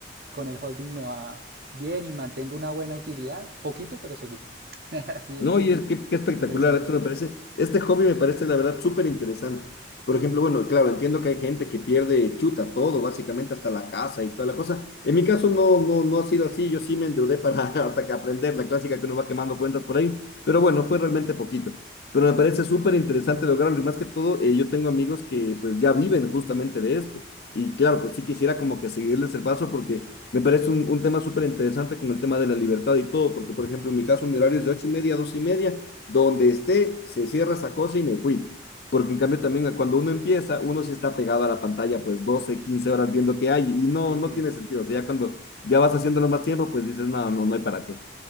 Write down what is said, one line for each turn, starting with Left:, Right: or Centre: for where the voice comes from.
Right: con el holding me va bien y mantengo una buena utilidad, poquito, pero seguro. <laughs> Sí,
Left: No,
Right: eso sí
Left: y
Right: es
Left: es que qué espectacular,
Right: interesante.
Left: esto me parece, este hobby me parece la verdad súper interesante. Por ejemplo, bueno, claro, entiendo que hay gente que pierde chuta todo, básicamente hasta la casa y toda la cosa. En mi caso no, no, no ha sido así, yo sí me endeudé para <laughs> hasta que aprender la clásica que uno va quemando cuentas por ahí, pero bueno, fue realmente poquito. Pero me parece súper interesante lograrlo y más que todo, eh, yo tengo amigos que pues ya viven justamente de esto. Y claro, pues sí quisiera como que seguirles el paso porque me parece un, un tema súper interesante con el tema de la libertad y todo, porque por ejemplo en mi caso mi horario es de ocho y media a dos y media, donde esté se cierra esa cosa y me fui. Porque en cambio también cuando uno empieza, uno sí está pegado a la pantalla pues 12 15 horas viendo qué hay y no,
Right: Sí,
Left: no tiene sentido. O sea, ya cuando ya vas haciéndolo más tiempo, pues dices, no, no, no hay para qué.